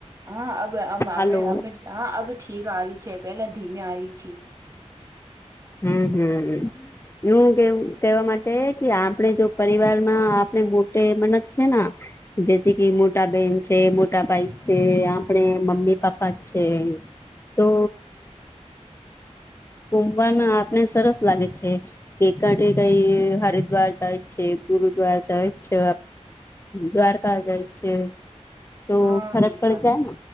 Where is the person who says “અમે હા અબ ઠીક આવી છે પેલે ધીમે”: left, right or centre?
Right